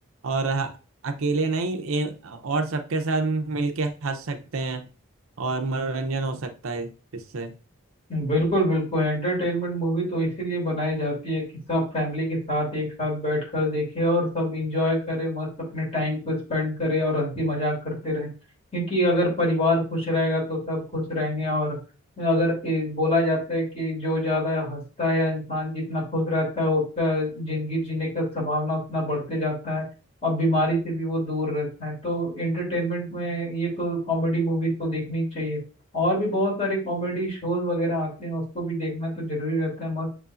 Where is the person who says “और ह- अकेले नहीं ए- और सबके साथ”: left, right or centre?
Right